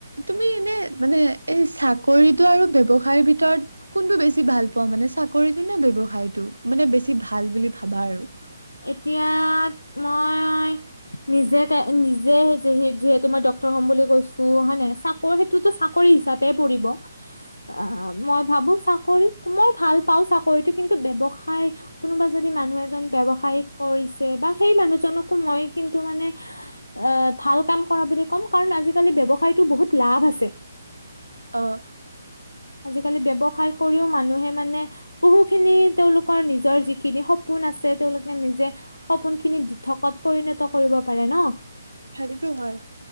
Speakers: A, on the right (about 85°); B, on the left (about 75°).
A: তুমি এনে, মানে এই চাকৰিতলটো আৰু ব্যৱসায়ৰ ভিতৰত কোনটো বেছি ভাল পোৱা মানে চাকৰিটো নে ব্যৱসায়টো, মানে বেছি ভাল বুলি ভাবা আৰু?
B: এতিয়া, মই নিজে তে নিজে হৈছোঁ হি যিহেতু মই ডক্টৰ হ'ম বুলি কৈছোঁ হয় নে চা কৰ সেইটোতো চাকৰি হিচাপে পৰিব, আহ মই ভাবোঁ ফা কৰি মই ভাল পাওঁ চাকৰিতো কিন্তু ব্যৱসায় কোনোবা যদি মানুহ এজন ব্যয়ৱ সহায় কৰিছে, বা সেই মানুহজনকো মই কিন্তু মানে আহ ভাল কাম কৰা বুলি ক'ম কৰা বুলি কাৰণ আজিকালি ব্যৱসায়তো বহুত লাভ আছে।
A: অ',
B: আজিকালি ব্যৱসায় কৰিও মানুহে মানে বহু খিনি তেওঁলোকৰ নিজৰ যিখিনি সপোন আছে তেওঁলোক কে নিজে, সপোন খিনি দি দিঠকত পৰিণত কৰিব পাৰে ন'।
A: হেৰিতো হয়।